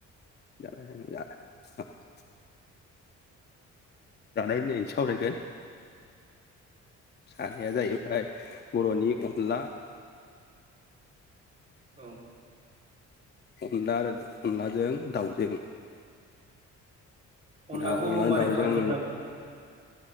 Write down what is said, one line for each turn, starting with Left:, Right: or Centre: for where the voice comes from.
Left: <unintelligible> जानाय <unintelligible> सावरायगोन जानाया जाहैबाय बर'नि अनला
Right: औ
Left: अनला आरो अनलाजों दाउजों
Right: अनलाखौ
Left: दा अनला
Right: मारै
Left: दाउजों
Right: खालामग्रोनांगौ